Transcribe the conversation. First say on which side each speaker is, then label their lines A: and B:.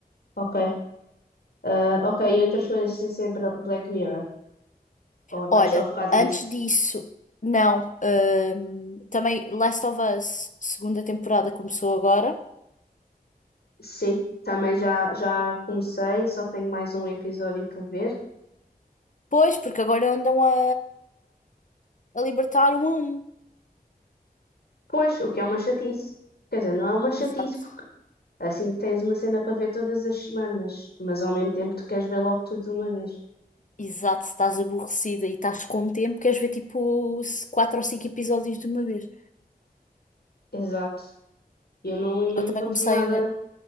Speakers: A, on the left; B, on the left.
A: Ok. Ah, ok,
B: E
A: e outras coisas sem ser Bla- Black Mirror. Ou estás
B: olha,
A: só focado
B: antes
A: nisso?
B: disso, não. hum, também Last of Us, segunda temporada começou agora.
A: Sim, também já, já comecei, só tenho mais um episódio para ver.
B: Pois, porque agora andam a, a libertar um a um.
A: Pois, o que é uma chatice. Quer dizer, não é uma chatice
B: Exato.
A: Assim tens uma cena para ver todas as semanas, mas ao mesmo tempo tu queres ver logo tudo de uma vez.
B: Exato, se estás aborrecida e estás com tempo, queres ver tipo s- quatro ou cinco episódios de uma vez.
A: Exato. Eu não, não
B: Eu também
A: encontro
B: comecei
A: nada,
B: a ver.